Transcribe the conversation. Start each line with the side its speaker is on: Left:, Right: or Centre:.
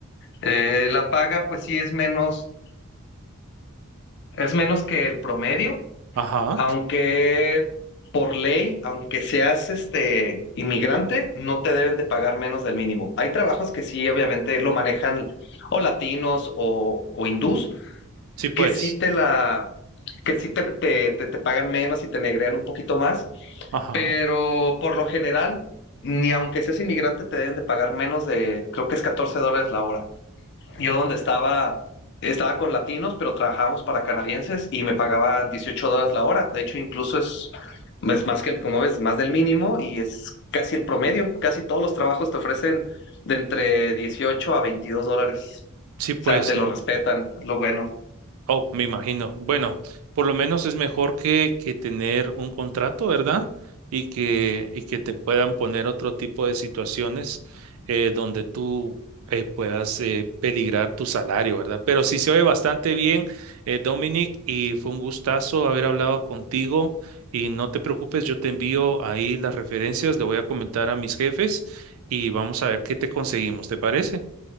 Left: Eh, la paga, pues sí es menos, Es menos que el promedio,
Right: Ajá,
Left: aunque por ley, aunque seas este inmigrante, no te deben de pagar menos del mínimo. Hay trabajos que sí, obviamente, lo manejan o latinos o, o hindús,
Right: sí pues,
Left: que sí te la, que sí te, te, te, te pagan menos y te negrean un poquito más,
Right: ajá,
Left: pero por lo general, ni aunque seas inmigrante, te deben de pagar menos de, creo que es 14 dólares la hora. Yo donde estaba, estaba con latinos, pero trabajábamos para canadienses y me pagaban 18 dólares la hora. De hecho, incluso es, es más que, el- como ves, más del mínimo y es casi el promedio. Casi todos los trabajos te ofrecen de entre 18 a 22 dólares.
Right: sí pues.
Left: O sea, te lo respetan, lo bueno.
Right: Oh, me imagino. Bueno, por lo menos es mejor que, que tener un contrato, ¿verdad? Y que, y que te puedan poner otro tipo de situaciones eh, donde tú eh, puedas eh, peligrar tu salario, ¿verdad? Pero sí se oye bastante bien, eh, Dominic, y fue un gustazo haber hablado contigo. Y no te preocupes, yo te envío ahí las referencias, le voy a comentar a mis jefes y vamos a ver qué te conseguimos, ¿te parece?